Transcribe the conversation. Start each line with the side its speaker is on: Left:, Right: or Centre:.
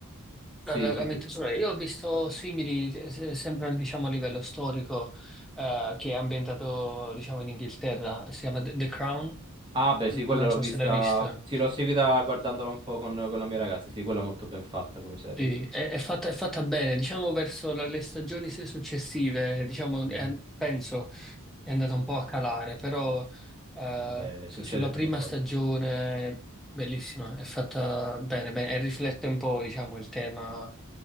Right: Sì,
Centre: La, la-
Right: sì,
Centre: la metto
Right: sì.
Centre: sulla- Io ho visto simili, eh, se- sempre diciamo, a livello storico, eh, che è ambientato diciamo, in Inghilterra. Si chiama The The Crown,
Right: Ah, beh,
Centre: N-
Right: sì, quella
Centre: non
Right: l'ho
Centre: so
Right: vista.
Centre: se l'hai vista.
Right: Sì, l'ho seguita guardandola un po' con, con la mia ragazza. Sì, quella è molto ben fatta come serie.
Centre: Sì, è, è fatta, è fatta bene, diciamo verso la- le stagioni se- successive, diciamo,
Right: Mhm.
Centre: è- penso è andata un po' a calare, però eh,
Right: Vabbè,
Centre: su-
Right: succede
Centre: sulla
Right: prima
Centre: prima
Right: o poi.
Centre: stagione bellissima, è fatta bene, bene, e riflette un po', diciamo, il tema.